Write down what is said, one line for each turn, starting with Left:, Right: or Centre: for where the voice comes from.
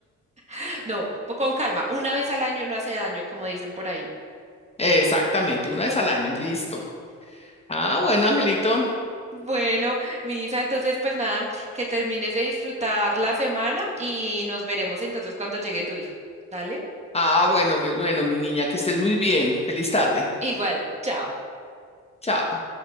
Right: <gasps> No, po- con calma, una vez al año no hace daño, como dicen por ahí.
Left: <laughs> Exactamente, una vez al año, listo. Ah, bueno, Angelito.
Right: Bueno, Misa, entonces pues nada, que termines de disfrutar la semana y nos veremos entonces cuando llegue tu hijo. Dale,
Left: Ah, bueno, mi, bueno, mi niña, que estés muy bien. Feliz tarde.
Right: igual, chao.
Left: Chao.